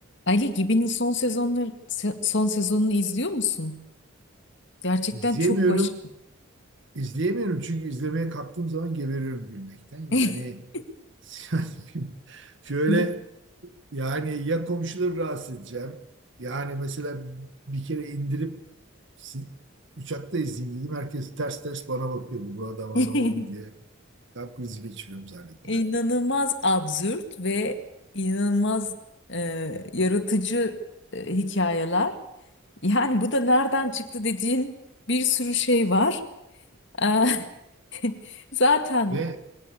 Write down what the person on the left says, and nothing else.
Ali Gibi'nin son sezonları se- son sezonunu izliyor musun? Gerçekten
çok başarılı.
<laughs>
Bu
<laughs>
inanılmaz absürt ve inanılmaz e, yaratıcı e, hikayeler. Yani bu da nereden çıktı dediğin bir sürü şey var. Eh, <laughs> Zaten